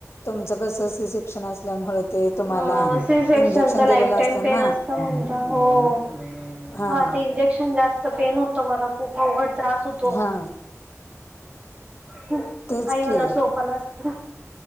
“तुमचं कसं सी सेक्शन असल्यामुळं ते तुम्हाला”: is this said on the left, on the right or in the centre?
Left